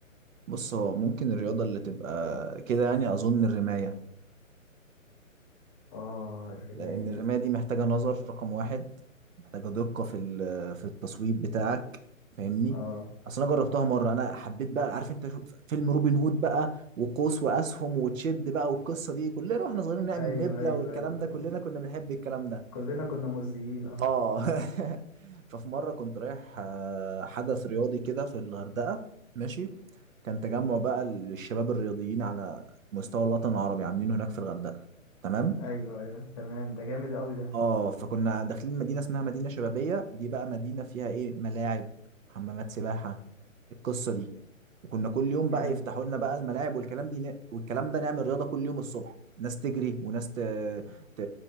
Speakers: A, on the right; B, on the left.
A: بص هو ممكن الرياضه اللي تبقى كده يعني اظن الرمايه
B: اه الرمايه
A: لأن الرماية دي محتاجة نظر رقم واحد محتاجة دقة في ال- في التصويب بتاعك فاهمني
B: اه
A: أصل أنا جربتها مرة أنا حبيت بقى عارف أنت شو- فيلم روبن هود بقى وقوس وأسهم وتشد بقى والقصة دي كلنا وإحنا صغيرين نعمل
B: ايوه
A: نبلة
B: ايوه
A: والكلام
B: ايوه
A: ده
B: ايوه
A: كلنا كنا بنحب الكلام ده
B: كلنا كنا مؤذيين اه
A: آه <laughs> ففي مرة كنت رايح آه، حدث رياضي كده في الغردقة ماشي كان تجمع بقى للشباب الرياضيين على مستوى الوطن العربي عاملينه هناك في الغردقة تمام
B: ايوه ايوه تمام ده جامد قوي ده
A: اه فكنا داخلين مدينة اسمها مدينة شبابية دي بقى مدينة فيها ايه ملاعب حمامات سباحة القصة دي وكنا كل يوم
B: جامد
A: بقى يفتحوا لنا بقى الملاعب والكلام دي ن... والكلام ده نعمل رياضة كل يوم الصبح ناس تجري وناس ت... ت...